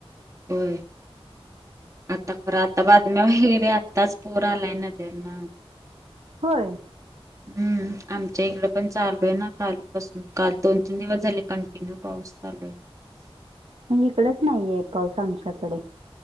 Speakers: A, on the right; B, on the right.
A: हम्म आता खरं आता बातम्या हेरे आत्ताच पूर आलाय नद ना.
B: होय.
A: हम्म आमच्या इकडे पण चालू आहे ना काल पासून काल दोन तीन दिवस झाले कंटिन्यू पा सलवे
B: इकडच नाहीे आहे पाऊस आमच्याकडे,